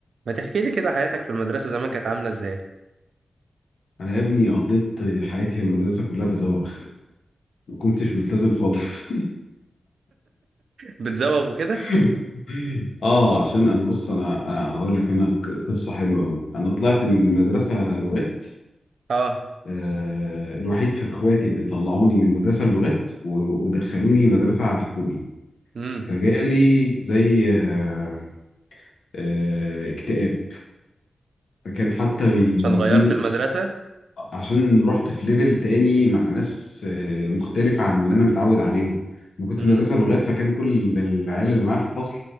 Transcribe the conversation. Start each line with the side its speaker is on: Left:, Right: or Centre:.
Right: ما تحكي لي كده حياتك في المدرسة زمان كانت عاملة ازاي
Left: انا يا ابني قضيت حياتي في المدرسه كلها بزوغ ما كنتش ملتزم خالص
Right: بتزوغ وكده
Left: <laughs> اه عشان انا بص انا انا هقول لك انا ق- قصه حلوه قوي انا طلعت من مدرسه لغات
Right: اه
Left: آه الوحيد في اخواتي اللي طلعوني من مدرسه اللغات و- ودخلوني مدرسه حكومي
Right: امم
Left: فجالي زي آه آه اكتئاب فكان حتى بيجي
Right: عشان غيرت
Left: لي
Right: المدرسة
Left: عشان رحت في ليفل تاني مع ناس آه، مختلفة عن اللي أنا متعود عليهم أنا كنت
Right: امم
Left: في مدرسة لغات فكان كل العيال اللي معايا في الفصل